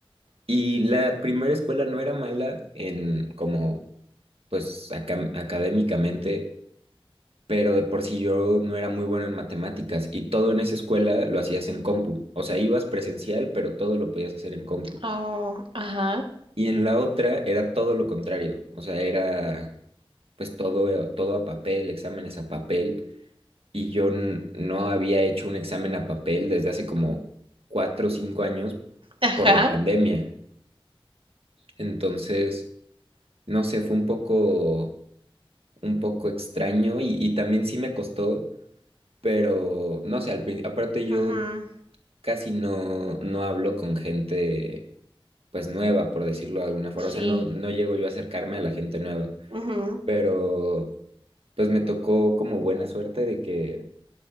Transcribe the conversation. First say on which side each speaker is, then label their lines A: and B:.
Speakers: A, on the right; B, on the right.
A: y la primera escuela no era mala en como, pues, acam- académicamente, pero de por sí yo no era muy bueno en matemáticas, y todo en esa escuela lo hacías en compu. O sea, ibas presencial, pero todo lo podías hacer en compu.
B: Oh, ajá,
A: Y en la otra era todo lo contrario, o sea, era pues todo, eh, todo a papel, exámenes a papel, y yo n- no había hecho un examen a papel desde hace como cuatro o cinco años
B: ajá,
A: por la pandemia. Entonces, no sé, fue un poco, un poco extraño y, y también sí me costó, pero no sé, al prin- aparte yo
B: ujú,
A: casi no, no hablo con gente pues nueva, por decirlo de alguna forma,
B: sí,
A: o sea, no, no llego yo a acercarme a la gente nueva.
B: ujú,
A: pero pues me tocó como buena suerte de que,